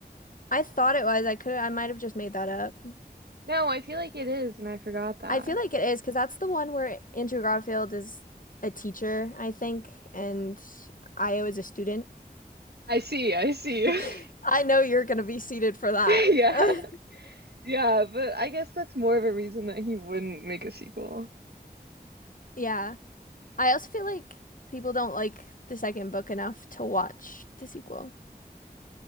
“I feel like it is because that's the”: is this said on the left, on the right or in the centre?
Left